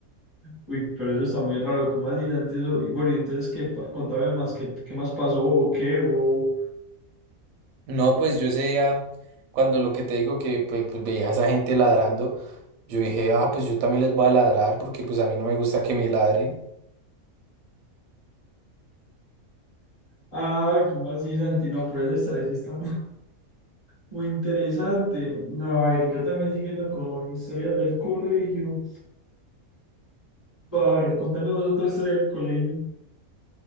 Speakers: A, on the left; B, on the right.
A: Uy, pero eso está muy raro, ¿cómo así? Dante, eso? Y bueno, y entonces, ¿qué? pa- Contame más, ¿qué, qué más pasó o qué? O...
B: No, pues yo ese día, cuando lo que te digo que pues, pues, veía a esa gente ladrando, yo dije, ah, pues yo también les voy a ladrar porque pues a mí no me gusta que me ladren.
A: ah, ¿cómo así, Santi? No, pero eso está, eso está <laughs> muy, muy interesante. No, a ver, yo también siguiendo con historias del colegio. A ver, contame vos otra historia del colegio.